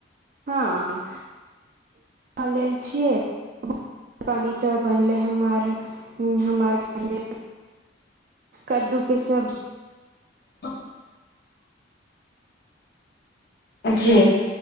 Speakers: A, on the right; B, on the left.
A: हँ खा लेल छियै पानी तऽ बनले हमार हमार घरमे कद्दूके सब्जी
B: ह <unintelligible> जे